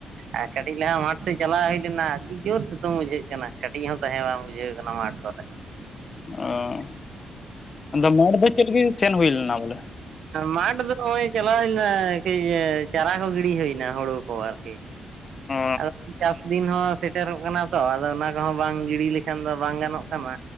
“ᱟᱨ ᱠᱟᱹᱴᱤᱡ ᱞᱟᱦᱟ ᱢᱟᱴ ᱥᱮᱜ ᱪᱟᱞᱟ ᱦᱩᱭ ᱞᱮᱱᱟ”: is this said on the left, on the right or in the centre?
Right